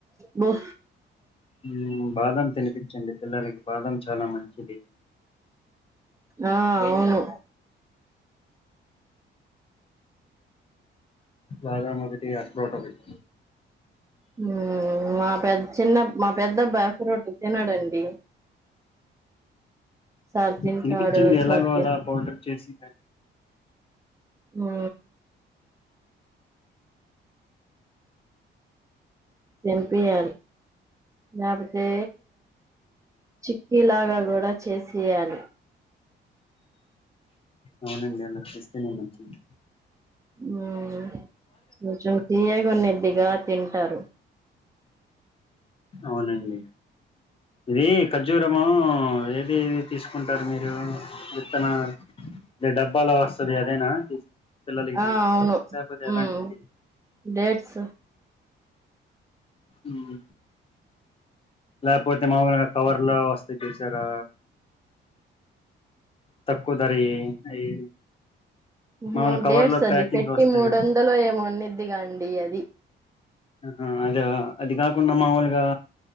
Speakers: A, on the right; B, on the left.
A: బహ
B: హుం బాదం తినిపిచ్చండి పిల్లలకి బాదం చాలా మంచిది
A: ఆ అవును
B: బాదం ఒకటి అరటిపండు ఒకటి
A: హు మా పెద్ చిన్న మా పెద్దబ్బాయి ఫ్రూట్ తినడండి సార్ తింటాడు
B: తినిపిచ్చండి
A: సార్
B: ఎలాగో అలా పౌడర్ చేసి
A: హు తినిపియ్యాలి ల్యాపోతె చుక్కిలాగా వడా చేసేయాలి
B: అవునండి అలా చేస్తేనే మంచిద్
A: మ్మ్ కొంచం తీయగన్నదిగా తింటారు
B: అవునండి ఇది ఖజ్జురము ఇంకేమి తీసుకుంటారు మీరు ఇత్తన ద డబ్ ఫాలో వస్తది అదేనా పిల్లలకి తినిపించేది
A: ఆ అవును
B: లేకపోతే ఎలాంటిది
A: మ్మ్ డేట్స్
B: మ్మ్ ల్యాప్ పోతే మామూలుగా కవర్లో వస్తాయి చూశారా తక్కువ ధర యి అయి
A: హ్మ్ హు
B: మాముూలు కవర్
A: డేట్స్
B: లో
A: అది
B: ప్యాకింగ్
A: పెట్టి
B: వస్తాయి
A: మూడు వందలు ఏమోనిద్దిగా అండి అది
B: ఆ హ అదే క అది కాకుండా మామూలుగా